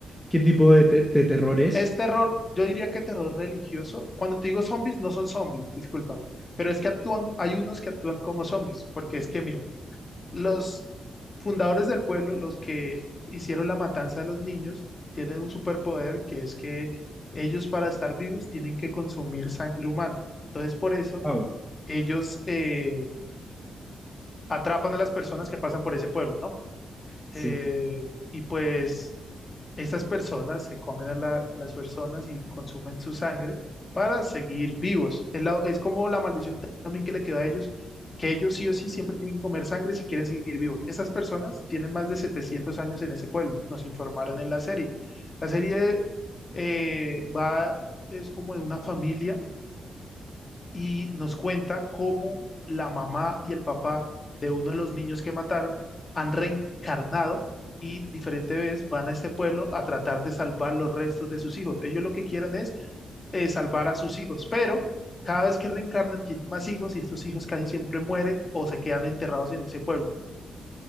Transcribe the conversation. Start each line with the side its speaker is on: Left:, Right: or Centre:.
Centre: ¿Qué tipo de, te- de terror es?
Left: Es terror, yo diría que terror religioso. Cuando te digo zombies, no son zombies, discúlpame. Pero es que actúan, hay unos que actúan como zombies, porque es que, mira, Los fundadores del pueblo, los que hicieron la matanza de los niños, tienen un superpoder que es que ellos para estar vivos tienen que consumir sangre humana. Entonces por eso
Centre: Wow.
Left: ellos eh, atrapan a las personas que pasan por ese pueblo, ¿no?
Centre: Sí.
Left: Eh, y pues estas personas se comen a, la- a las personas y consumen su sangre para seguir vivos. Es, la- es como la maldición también que le quedó a ellos, que ellos sí o sí siempre tienen que comer sangre si quieren seguir vivos. Estas personas tienen más de 700 años en ese pueblo, nos informaron en la serie. La serie eh, va, es como en una familia y nos cuenta cómo la mamá y el papá de uno de los niños que mataron han reencarnado y diferente vez van a este pueblo a tratar de salvar los restos de sus hijos. Ellos lo que quieren es eh, salvar a sus hijos, pero cada vez que reencarnan tienen más hijos y estos hijos casi siempre mueren o se quedan enterrados en ese pueblo.